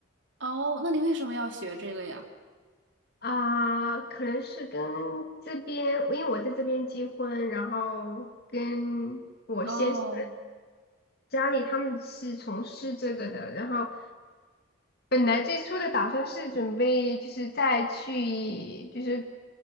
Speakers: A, on the right; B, on the left.
A: 哦，那你为什么要学这个呀？
B: 啊，可能是跟这边，因为我在这边结婚，然后跟我先生。
A: 哦，
B: 家里他们是从事这个的，然后本来最初的打算是准备就是再去就是